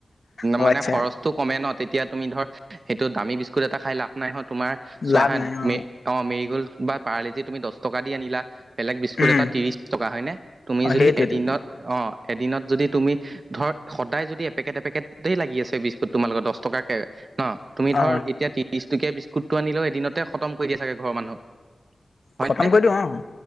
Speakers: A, on the left; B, on the right.
A: অ
B: মানে
A: আচ্ছা
B: খৰচটো কমে ন তেতিয়া তুমি ধৰ সেইটো দামী বিস্কুট এটা খাই লাভ নাই হয় তোমাৰ চোৱা
A: লাভ
B: হা
A: নাই অ
B: মে অ মেৰিগ'ল্ড বা পাৰলেজি তুমি দছ টকা দি আনিলা বেলেগ বিস্কুট
A: উম
B: এটা ত্ৰিছ টকা হয়নে তুমি
A: অ
B: যদি
A: সেইটোৱেতো
B: এদিনত অ এদিনত যদি তুমি ধৰ সদায় যদি এপেকেট এপেকেটেই লাগি আছে বিস্কুট তোমাৰ লগত দছ টকাকে ন তুমি
A: অ
B: ধৰ এতিয়া ত্ৰিশ টকীয়া বিস্কুটটো আনিলেও এদিনতে খটম কৰি দিয়ে চাগে ঘৰৰ মানুহ হয়
A: খতম
B: নে।
A: কৰি দিওঁ অ